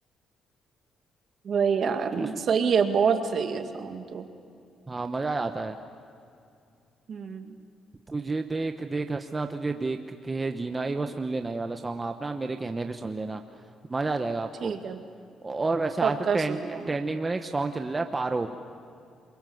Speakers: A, on the right; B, on the right.
A: वही यार
B: तो उस
A: सही है बहुत सही है सॉन्ग तो
B: हाँ मजा आ जाता है
A: हम्म
B: तुझे देख देख हंसना तुझे देख के है जीना ये वो सुन लेना ये वाला सॉन्ग आप ना मेरे कहने पे सुन लेना मजा आ जाएगा आपको
A: ठीक है
B: और वैसे आजकल
A: पक्का
B: ट्रेंड
A: सुन लूंगी
B: ट्रेंडिंग में ना एक सॉन्ग चल रहा है पारो